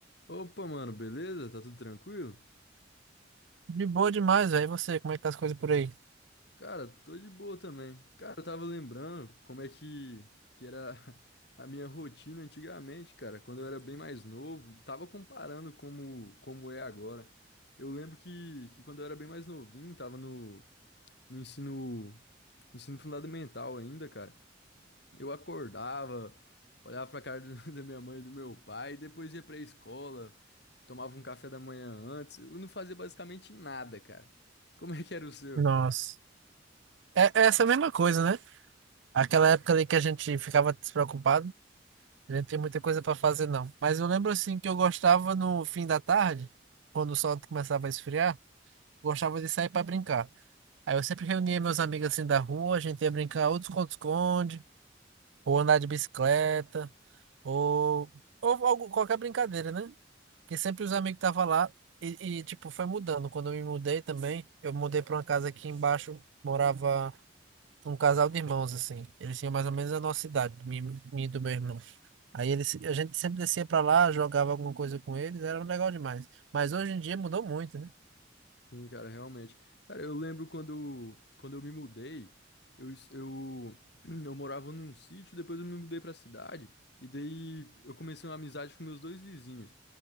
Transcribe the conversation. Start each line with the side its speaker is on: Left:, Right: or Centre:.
Left: Opa, mano, beleza? Tá tudo tranquilo?
Right: De boa demais, velho. E você, como é que tá as coisas por aí?
Left: Cara, tô de boa também. Cara, eu tava lembrando como é que, que era <laughs> a minha rotina antigamente, cara, quando eu era bem mais novo. Tava comparando como, como é agora. Eu lembro que, que quando eu era bem mais novinho, tava no, no ensino, ensino fundamental ainda, cara. Eu acordava, olhava pra cara do- <laughs> da minha mãe e do meu pai, depois ia pra escola, tomava um café da manhã antes. Eu não fazia basicamente nada, cara. Como é que era o seu?
Right: Nossa. É, é essa mesma coisa, né? Aquela época ali que a gente ficava despreocupado, a gente não tinha muita coisa pra fazer, não. Mas eu lembro assim que eu gostava no fim da tarde, quando o sol começava a esfriar, gostava de sair pra brincar. Aí eu sempre reunia meus amigos assim da rua, a gente ia brincar ou de esconde-esconde, ou andar de bicicleta, ou, ou algo- qualquer brincadeira, né? E sempre os amigos estavam lá e, e, tipo, foi mudando. Quando eu me mudei também, eu mudei para uma casa aqui embaixo, morava um casal de irmãos, assim. Eles tinham mais ou menos a nossa idade, minha minha e do meu irmão. Aí eles, a gente sempre descia para lá, jogava alguma coisa com eles, era legal demais. Mas hoje em dia mudou muito, né?
Left: Sim, cara, realmente. Cara, eu lembro quando, quando eu me mudei, eu, es- eu, <clears throat> eu morava num sítio, depois eu me mudei pra cidade, e daí eu comecei uma amizade com meus dois vizinhos.